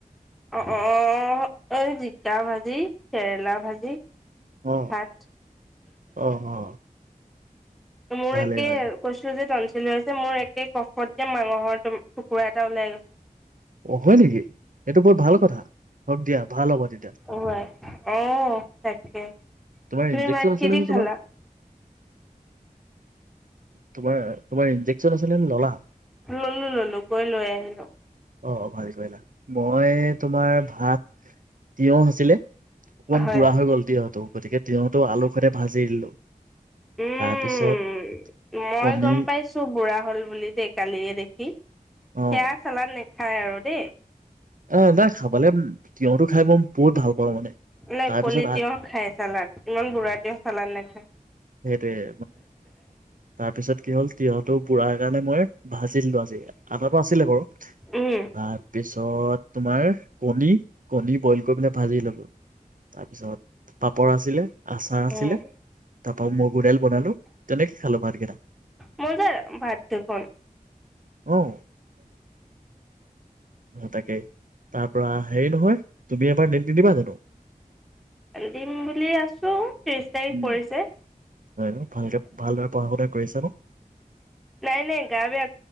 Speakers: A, in the centre; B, on the right.
A: অ', অ', অ', এই জিকা ভাজি, কেৰেলা ভাজি।
B: অ
A: ভাত
B: অ অ
A: মোৰ
B: ভালে
A: একে
B: ভালে
A: কৈছো যে তন <unintelligible> ছে মোৰ একে কফত যে মাংসৰ টুকুৰা এটা ওলাই গৈ।
B: অ, হয় নেকি? এইটো বৰ ভাল কথা। হওক দিয়া ভাল হ'ব তেতিয়া।
A: অ অ তাকে
B: তোমাৰ
A: তুমি
B: ইনজেকচন
A: ভাত
B: আছিলে
A: কি দি
B: নে
A: খালা
B: তোমাৰ? তোমাৰ তোমাৰ ইনজেকচন আছিলে নে ললা
A: ললো, ললো গৈ লৈ আহিলো।
B: অ ভাল কৰিলা। মই তোমাৰ ভাত তিয়ঁহ আছিলে, অকমান
A: হয়
B: বুঢ়া হৈ গল তিয়হটো, গতিকে তিয়হটো আলুৰ সতে ভাজি দিলো।
A: উম,
B: তাৰপিছত
A: মই
B: কণী
A: গম পাইছো বুঢ়া হ'ল বুলি দেই কালিয়ে দেখি।
B: অ
A: সেয়া চলা না খাই আৰু দেই।
B: অ নাই খাবালে তিয়হটো খাই মই বহুত ভাল পাওঁ। মানে,
A: নাই
B: তাৰপিছত
A: কলি
B: ভাত,
A: তিয়হ খায় চালাদ, ইমান বুঢ়া তিয়হ চালাদ নাখায়।
B: সেইটোৱেই। তাৰপিছত কি হ'ল, তিয়হটো বুঢ়া হোৱাৰ কাৰণে মই ভাজি দিলোঁ। আজি আটাটো আছিলে বাৰু।
A: উম,
B: তাৰপিছত তো তোমাৰ কণী-কণী বয়ল কৰি পেলাই ভাজি ল'লো। তাৰপিছত পাপড় আছিলে। আচাৰ আছিলে।
A: উম,
B: তাৰপাছত মগুৰ দাইল বনালো। তেনেকৈ ভাতকেইটা খালো।
A: মোৰ যে ভাত দুখন
B: অ' তাকেই তাৰ পৰা হেৰি নহয়, তুমি এবাৰ নেট নিদিবা জানো?
A: দিম বুলি আছো ত্ৰিশ তাৰিখ
B: উম, হয়,
A: পৰিছে।
B: ন? ভালকে, ভালদৰে পঢ়া শুনা কৰিছা নে?
A: নাই নাই গা বেয়া